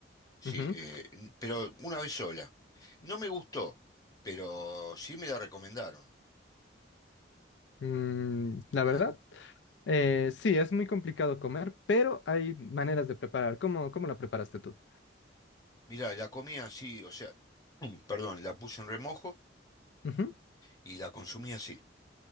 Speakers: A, on the left; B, on the left.
A: sí,
B: Ujú.
A: eh, n- pero una vez sola. No me gustó, pero sí me la recomendaron.
B: Mm, la
A: La,
B: verdad, eh, sí, es muy complicado comer, pero hay maneras de preparar. ¿Cómo, cómo la preparaste tú?
A: mira, la comí así, o sea, <clears throat> perdón, la puse en remojo
B: Ujú.
A: y la consumí así.